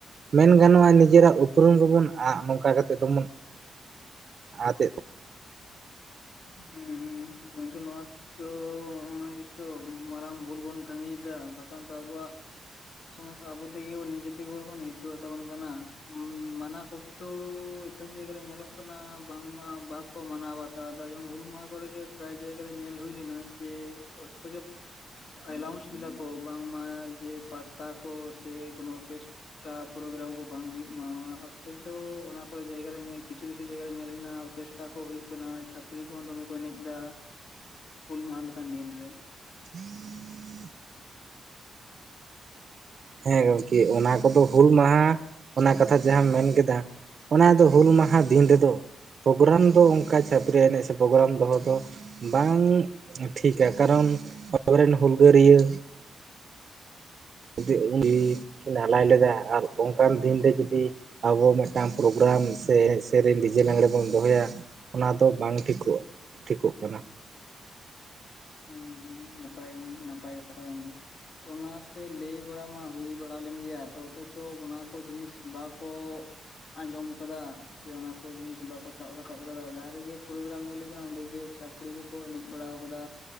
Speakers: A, on the right; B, on the left.
A: ᱢᱮᱱ ᱜᱟᱱᱚᱜᱼᱟ ᱱᱤᱡᱮᱨᱟᱜ ᱩᱯᱨᱩᱢ ᱠᱚᱵᱚᱱ ᱟᱜ ᱱᱚᱝᱠᱟ ᱠᱟᱛᱮ ᱫᱚᱵᱚᱱ᱾ <unintelligible>
B: ᱦᱩᱸ ᱦᱩᱸ, ᱜᱚᱝᱠᱮ ᱱᱚᱣᱟ᱾ ᱛᱚ ᱚᱱᱟ ᱜᱮᱛᱚ ᱢᱟᱨᱟᱝ ᱵᱷᱩᱞ ᱵᱚᱱ ᱠᱟᱹᱢᱤᱭᱮᱫᱟ, ᱵᱟᱠᱷᱟᱱ ᱛᱚ ᱟᱵᱚᱣᱟᱜ᱾ ᱥᱚᱢᱟᱡ ᱟᱵᱚ ᱛᱮᱜᱮ ᱱᱤᱡᱮ ᱛᱮᱜᱮᱵᱚᱱ ᱦᱤᱨᱠᱟᱹᱣ ᱟᱛᱟᱵᱚᱱ ᱠᱟᱱᱟ, ᱢᱟᱱᱟ ᱥᱚᱛ᱾ ᱛᱚ ᱤᱛᱩᱷᱟᱹᱱ ᱡᱟᱭᱜᱟ ᱨᱮ ᱧᱮᱞᱚᱜ ᱠᱟᱱᱟ, ᱵᱟᱝᱢᱟ ᱵᱟᱠᱚ ᱢᱟᱱᱟᱣ ᱵᱟᱛᱟᱣ᱾ ᱡᱮᱢᱚᱱ ᱦᱩᱞ ᱢᱟᱦᱟ ᱠᱚᱨᱮ ᱜᱮ ᱯᱨᱟᱭ ᱡᱟᱭᱜᱟ ᱨᱮ ᱧᱮᱞ ᱦᱩᱭ ᱞᱮᱱᱟ ᱡᱮ ᱚᱛᱷᱚ ᱪᱚ᱾ ᱮᱞᱟᱣᱩᱱᱥ ᱞᱮᱫᱟ ᱠᱚ ᱵᱟᱝᱢᱟ ᱡᱮ ᱯᱟᱛᱟ ᱠᱚ ᱥᱮ ᱠᱳᱱᱳ ᱚᱨᱮᱠᱮᱥ᱾ ᱴᱟᱨ ᱯᱨᱳᱜᱨᱟᱢ ᱠᱚ ᱵᱟᱝ ᱦᱩᱭᱩᱜ ᱢᱟ, ᱚᱱᱟ ᱚᱛᱷᱚᱪᱚ ᱚᱱᱟ ᱠᱚᱨᱮ ᱡᱟᱭᱜᱟ ᱧᱮᱞ ᱠᱤᱪᱷᱩ ᱠᱤᱪᱷᱩ ᱡᱟᱭᱜᱟ ᱨᱮ ᱧᱮᱞ ᱦᱩᱭᱱᱟ ᱚᱨ <inaudible> ᱥᱴᱟᱨ ᱠᱚ ᱦᱩᱭᱩᱜ ᱠᱟᱱᱟ, ᱪᱷᱟᱯᱨᱤ ᱠᱚᱦᱚᱸ ᱫᱚᱢᱮ ᱠᱚ ᱮᱱᱮᱡ ᱫᱟ, ᱦᱩᱞ ᱢᱟᱦᱟ ᱞᱮᱠᱟᱱ ᱫᱤᱱ ᱨᱮ ᱾
A: <unintelligible> ᱦᱮᱸ ᱜᱚᱝᱠᱮ, ᱚᱱᱟ ᱠᱚᱫᱚ ᱦᱩᱞ ᱢᱟᱦᱟ ᱚᱱᱟ ᱠᱟᱛᱷᱟ ᱡᱟᱦᱟᱸᱢ ᱢᱮᱱ ᱠᱮᱫᱟ᱾ ᱚᱱᱟ ᱫᱚ ᱦᱩᱞ ᱢᱟᱦᱟ ᱫᱤᱱ ᱨᱮᱫᱚ ᱯᱨᱳᱜᱨᱟᱢ ᱫᱚ ᱚᱱᱠᱟ ᱪᱟᱹᱯᱨᱤ ᱮᱱᱮᱡ ᱥᱮ ᱯᱨᱳᱜᱨᱟᱢ ᱫᱚᱦᱚ ᱫᱚ᱾ ᱵᱟᱝ ᱴᱷᱤᱠᱟ ᱠᱟᱨᱚᱱ ᱟᱵᱚᱨ ᱨᱮᱱ ᱦᱩᱞᱜᱟᱹᱨᱤᱭᱟᱹ ᱡᱤᱭᱤ ᱠᱤᱱ ᱟᱞᱟᱭ ᱞᱮᱫᱟ ᱟᱨ ᱚᱱᱠᱟᱱ ᱫᱤᱱ ᱨᱮ ᱡᱩᱫᱤ ᱟᱵᱚ ᱢᱤᱫᱴᱟᱝ ᱯᱨᱳᱜᱨᱟᱢ ᱥᱮ ᱥᱮᱨᱮᱧ ᱰᱤᱡᱮ ᱞᱟᱜᱽᱬᱮ ᱵᱚᱱ ᱫᱚᱦᱚᱭᱟ ᱚᱱᱟ ᱫᱚ ᱵᱟᱝ ᱴᱷᱤᱠᱚᱜ, ᱴᱷᱤᱠᱚᱜ ᱠᱟᱱᱟ᱾
B: ᱦᱩᱸ ᱦᱩᱸ, ᱱᱟᱯᱟᱭ ᱱᱟᱯᱟᱭ ᱠᱟᱛᱷᱟ ᱜᱚᱝᱠᱮ᱾ ᱛᱚ ᱚᱱᱟᱛᱮ ᱞᱟᱹᱭ ᱵᱟᱲᱟ ᱢᱟ ᱦᱩᱭ ᱵᱟᱲᱟ ᱞᱮᱱ ᱜᱮᱭᱟ, ᱛᱚ ᱚᱛᱷᱚᱪᱚ ᱚᱱᱟ ᱠᱚ ᱡᱤᱱᱤᱥ ᱵᱟᱠᱚ ᱟᱸᱡᱚᱢ ᱠᱟᱫᱟ ᱥᱮ ᱚᱱᱟ ᱠᱚ ᱡᱤᱱᱤᱥ ᱵᱟᱠᱚ ᱥᱟᱵ ᱨᱟᱠᱟᱵ ᱟᱠᱟᱫᱟ ᱡᱟᱦᱟᱸ ᱨᱮᱜᱮ ᱯᱨᱳᱜᱨᱟᱢ ᱧᱮᱞ ᱦᱩᱭ ᱟᱠᱟᱱᱟ, ᱚᱸᱰᱮᱜᱮ ᱪᱷᱟᱹᱯ ᱠᱩᱲᱤ ᱠᱚᱠᱚ ᱮᱱᱮᱡ ᱵᱟᱲᱟ ᱠᱟᱫᱟ᱾